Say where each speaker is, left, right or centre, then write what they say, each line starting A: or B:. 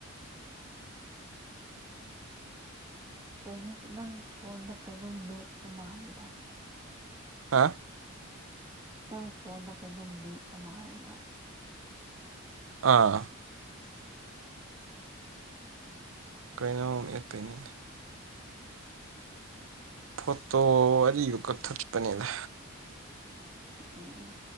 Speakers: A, on the right (about 20°); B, on the right (about 70°).
A: ꯀꯩꯅꯣ ꯅꯪ ꯐꯣꯟꯗ ꯀꯩꯅꯣꯝ ꯃꯦꯠꯄ ꯃꯥꯜꯂꯦꯗ
B: ꯍꯥ
A: ꯅꯪ ꯐꯣꯟꯗ ꯀꯩꯗꯝ ꯃꯦꯠꯄ ꯃꯥꯜꯂꯦꯕ
B: ꯑꯥ ꯀ ꯅꯣ ꯏꯠꯀꯅꯤ ꯐꯣꯇꯣ ꯑꯔꯤꯕꯗꯨ ꯀꯛꯊꯠꯄꯅꯤꯗ
A: ꯑ